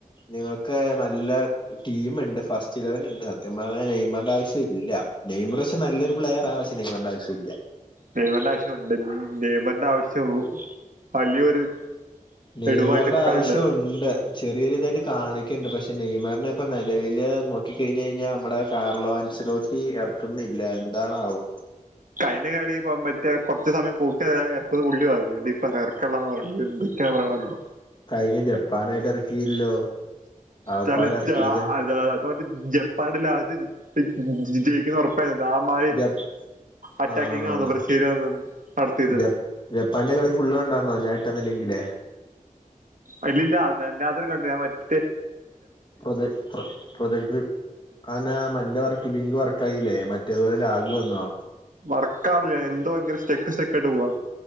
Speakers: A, on the left; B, on the right.
A: നിങ്ങൾക്ക് നല്ല ടീമുണ്ട് ഫസ്റ്റ് ഇലവൻ ഉണ്ട് സത്യം പറഞ്ഞാൽ നെയ്മറിടെ ആവശ്യ ഇല്ല നെയ്മ നല്ലൊരു പ്ലെയർ ആവശ്യ നെയ്മറിന്റെ ആവശ്യമില്ല
B: നെയ്മറിന്റെ ആവശ്യംണ്ട് നെയ്മറിന്റെ ആവശ്യം വലിയൊരു
A: നെയ്മറടെ
B: എടുവായിട്ടൊക്കെ
A: ആവശ്യംണ്ട്
B: കണ്ട്
A: ചെറിയൊരി ഇതായിട്ട് കാണിക്കുന്നുണ്ട്. പക്ഷെ നെയ്മറിന ഇപ്പം നിലവിൽ നോക്കി കഴിഞ്ഞഞ് കഴിഞ്ഞാൽ നമ്മുടെ കാർലോൻസിലോട്ട് ടീം ഇറക്കുന്നില്ല എന്താണാവോ
B: കൈന കളിപ്പ മറ്റേ കുറച്ച് സമയം കൂട്ടി ഇർക്കുന്നത് പുള്ളിയുമായിയിരുന്നുഈ പറയാറ <unintelligible> എന്തൊക്കെ പറയണോ എന്തോ
A: കഴിഞ്ഞ ജപ്പാനായിട്ട് ഇറക്കിയില്ലോ ആകപ്പാടെ
B: തല
A: ഇറക്കിയത്
B: അത അത ജപ്പാന്റെ ലാസ്റ്റ് ജയിക്കുന്ന ഉറപ്പ ആ മാരി
A: ജപ്
B: അറ്റാക്കിങ്ങ
A: ആഹ്
B: ഇവര് സ്ഥിരം നടത്തിയത്
A: ജപ് ജപ്പാന്റെ കളി ഫുള് കണ്ടാർന്നോ ഞാട്ട്തന്ന ലിങ്കിൽ
B: അയ്‌ലി. ല്ല അത്ര കണ്ടു ഞൻ മറ്റ
A: പ്രൊ പ്രൊജക്റ്റ്‌ അതന്നെ പറഞ്ഞേ ഇന്റെ വർക്ക് ലിങ്ക് വർക്ക് ആയില്ലേ മറ്റേതുപോലെ ലാഗു വന്നോ
B: വർക്കാവുന്നില്ല, എന്തോ ഭയങ്കര സ്റ്റെക്ക് സ്റ്റെക്ക ആയിട്ട് പോവാ